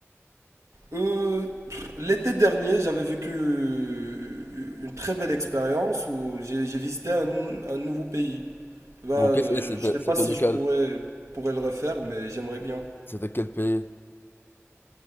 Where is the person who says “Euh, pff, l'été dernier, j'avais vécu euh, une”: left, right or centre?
Right